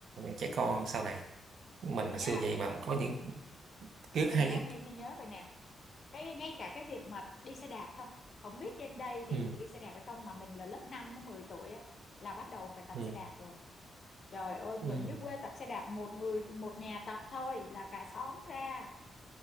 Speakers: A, on the right; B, on the left.
A: trẻ con sau này mình
B: mình
A: hồi
B: nha
A: xưa vậy
B: nhớ
A: mà có những ký
B: mình
A: ức hay
B: nha
A: á
B: nhưng mình nhớ vậy nè cái ngay cả cái việc mà đi xe đạp thôi không biết trên đây thì
A: ừ
B: được đi xe đạp hay không mà mình là lớp 5 10 tuổi á là bắt đầu phải tập
A: ừ
B: xe đạp rồi trời ơi
A: ừ
B: mình dưới quê tập xe đạp một người một nhà tập thôi là cả xóm ra